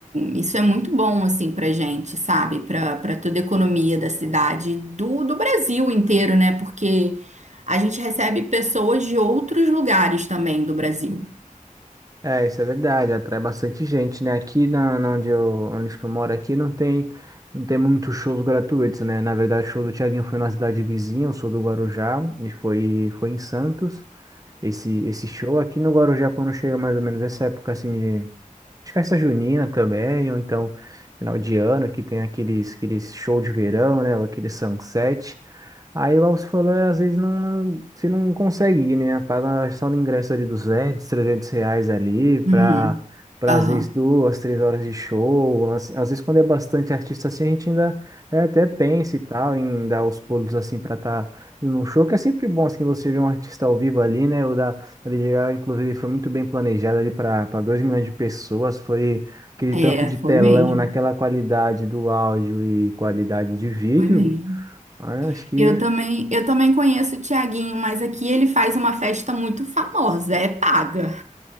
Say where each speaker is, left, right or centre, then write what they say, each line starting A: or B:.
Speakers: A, on the right; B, on the right.
A: isso é muito bom assim pra gente, sabe? Para para toda a economia da cidade, do do Brasil inteiro, né? Porque a gente recebe pessoas de outros lugares também do Brasil.
B: É, isso é verdade, atrai bastante gente, né? Aqui na, na onde eu, onde que eu moro aqui não tem, não tem muitos shows gratuitos, né? Na verdade, o show do Thiaguinho foi na cidade vizinha, eu sou do Guarujá, e foi, foi em Santos. Esse, esse show aqui no Guarujá, quando chega mais ou menos essa época assim de, de festa junina também, ou então final de ano, que tem aqueles, aqueles show de verão, né? Ou aquele sunset. Aí, o Alves falou, é, às vezes não, não- você não consegue ir, né? Paga só no ingresso ali 200, 300 reais ali para
A: Uhum.
B: para
A: Aham.
B: às vezes duas, três horas de show. Às, às vezes quando é bastante artista assim, a gente ainda é, até pensa e tal em dar os pulos assim para estar num show, que é sempre bom assim você ver um artista ao vivo ali, né? O da ali, ela, inclusive, foi muito bem planejado ali para para 2 milhões de pessoas. Foi aquele
A: É,
B: tanto de
A: foi
B: telão
A: mesmo,
B: naquela qualidade do áudio e qualidade de vídeo.
A: foi mesmo.
B: Ah, Acho que
A: Eu também, eu também conheço o Tiaguinho, mas aqui ele faz uma festa muito famosa, é paga,